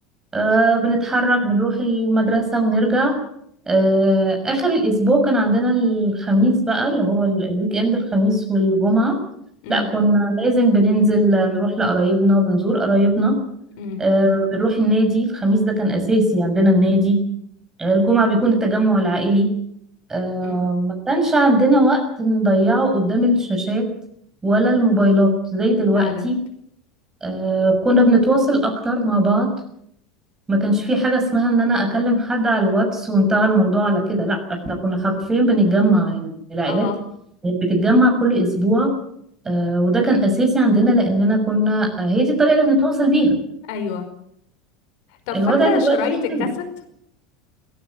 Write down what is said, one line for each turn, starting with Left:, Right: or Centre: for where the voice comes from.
Right: آه بنتحرك بنروح المدرسة ونرجع آه آخر الأسبوع كان عندنا الخميس بقى اللي هو ال- الويك إند الخميس والجمعة
Left: امم
Right: لا كنا لازم بننزل آه، نروح لقرايبنا بنزور قرايبنا
Left: امم
Right: آه بنروح النادي الخميس ده كان أساسي عندنا النادي آه الجمعة بيكون التجمع العائلي آه
Left: امم
Right: ما كانش عندنا وقت نضيعه قدام الشاشات ولا الموبايلات زي دلوقتي
Left: فعلا
Right: آه كنا بنتواصل أكتر مع بعض ما كانش في حاجة اسمها ان انا اكلم حد على الواتس وانتهى الموضوع على كده لا احنا كنا حرفيا بنتجمع يعني العائلات
Left: اه
Right: بتتجمع كل اسبوع آه وده كان اساسي عندنا لاننا كنا آه هي دي الطريقة اللي بنتواصل بيها
Left: ايوه طب فاكرة
Right: الوضع دلوقتي
Left: شرايط
Right: اختلف
Left: الكاسيت